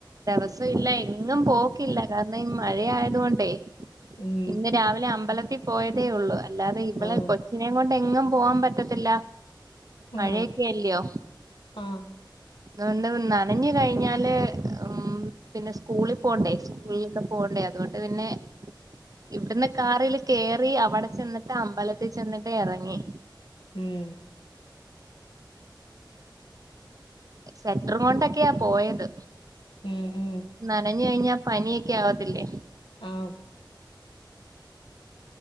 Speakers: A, on the right (about 45°); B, on the left (about 90°).
A: ദെവസൊ ഇല്ല എങ്ങും പോക്കില്ല കാരണം ഈ മഴയായത് കൊണ്ടേ
B: ഉം
A: ഇന്ന് രാവിലെ അമ്പലത്തി പോയതേ ഒള്ളൂ അല്ലാതെ ഇവളെ
B: ആഹ്
A: കൊ ച്ചിനേം കൊണ്ട് എങ്ങും പോവാൻ പറ്റത്തില്ല മഴയൊക്കെ
B: ആഹ്
A: അല്ല്യോ
B: ആഹ്
A: താണ്ട് നനഞ്ഞ് കഴിഞ്ഞാല് ഉം പിന്നെ സ്കൂളി പോണ്ടേ സ്കൂളിലൊക്കെ പോണ്ടേ അത് കൊണ്ട് പിന്നെ ഇവ്ട്ന്ന് കാറില് കേറി അവടെ ചെന്നിട്ട് അമ്പലത്തിൽ ചെന്നിട്ട് എറങ്ങി
B: ഉം
A: സെറ്ററും കൊണ്ടൊക്കെയാ പോയത്
B: ഉം ഉം
A: നനഞ്ഞ് കഴിഞ്ഞാ പനിയൊക്കെ ആവത്തില്ലേ
B: ആഹ്